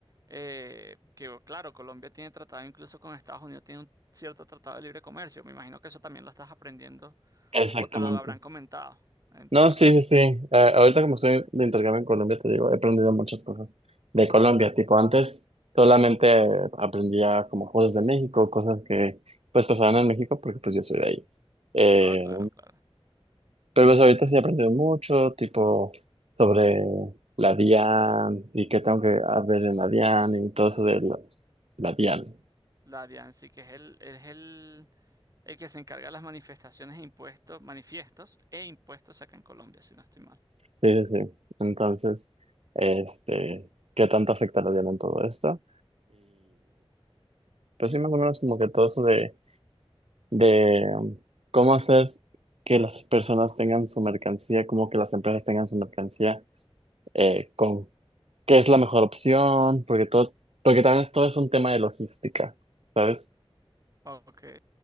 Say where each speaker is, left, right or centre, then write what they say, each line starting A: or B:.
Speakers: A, on the right (about 35°); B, on the right (about 75°).
A: eh, que, oh, claro, Colombia tiene tratado incluso con Estados Unidos, tiene un cierto tratado de libre comercio. Me imagino que eso también lo estás aprendiendo
B: Exactamente.
A: o te lo habrán comentado en tu
B: No,
A: carrera.
B: sí, sí, sí. Ah, ahorita como estoy de intercambio en Colombia, te digo, he aprendido muchas cosas de Colombia. Tipo, antes solamente aprendía como cosas de México, cosas que pues pasaban en México porque pues yo soy de ahí. Eh,
A: Ah, claro, claro.
B: pero pues ahorita sí he aprendido mucho, tipo, sobre la DIAN y qué tengo que hacer en la DIAN y todo eso de la, la DIAN.
A: La sí, que es el, es el, el que se encarga de las manifestaciones e impuestos, manifiestos e impuestos acá en Colombia, si no estoy mal.
B: Sí, sí, sí. Entonces, este, qué tanto afecta la DIAN en todo esto. Pero sí más o menos como que todo eso de, de um, cómo hacer que las personas tengan su mercancía, cómo que las empresas tengan su mercancía, eh, con qué es la mejor opción, porque todo, porque también todo es un tema de logística, ¿sabes?
A: Ok.